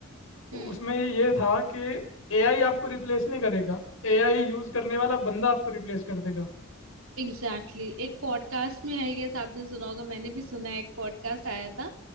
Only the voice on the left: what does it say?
तो
उसमें ये था कि एआई आपको रिप्लेस नहीं करेगा एआई यूज़ करने वाला बंदा आपको रिप्लेस कर देगा